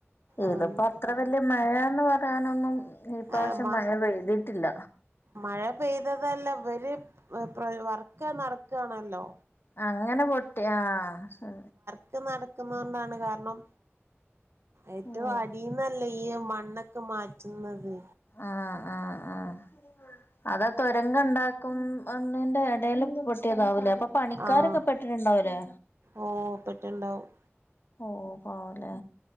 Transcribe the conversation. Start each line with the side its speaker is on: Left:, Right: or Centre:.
Left: ഇത്
Right: ആഹ്
Left: പ്പെ അത്ര വലിയ മഴന്ന് പറയാനൊന്നും ഇപ്രാവശ്യം
Right: ആഹ് മ
Left: മഴ പെയ്തിയിട്ടില്ല
Right: മഴ പെയ്തതല്ല ഇവര് വർക് നടക്കണല്ലോ
Left: അങ്ങനെ പൊട്ടി ആഹ്
Right: ഒക്കെ നടക്കുന്ന കൊണ്ടാണ് കാരണം ഏറ്റവും
Left: ഓ
Right: അടീന്നല്ലേ ഈ മണ്ണൊക്കെ മാറ്റുന്നത്
Left: ആഹ് ആഹ് ആഹ് അത തൊരംഗം ഉണ്ടാക്കും എണ്ണിന്റെ ഇടെല് പൊട്ടിയതാവലേ അപ്പൊ പണിക്കാരൊക്കെ
Right: ആഹ്
Left: പെട്ടിട്ടുണ്ടാവലേ
Right: ഓ പെട്ടുണ്ടാവും
Left: ഓഹ് പാവലേ